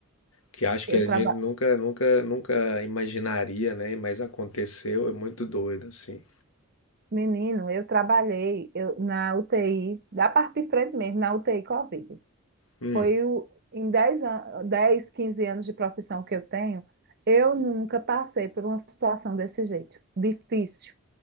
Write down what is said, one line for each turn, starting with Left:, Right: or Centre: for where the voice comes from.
Left: que acho que
Right: eu
Left: a
Right: trabalho.
Left: gente nunca, nunca, nunca imaginaria, né? Mas aconteceu, é muito doido, assim.
Right: menino, eu trabalhei eu, na UTI, da parte de frente mesmo, na UTI Covid.
Left: Hum,
Right: Foi o, em dez an- 10, 15 anos de profissão que eu tenho, eu nunca passei por uma situação desse jeito. Difícil,